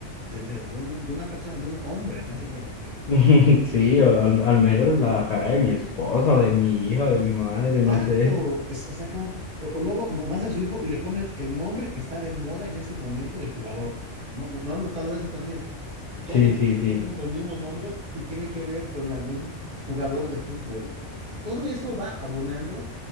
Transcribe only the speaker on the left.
<laughs> Sí,
o al, al menos la cara de mi esposa o de mi hija o de mi madre, no
sé.
Sí,
sí,
sí.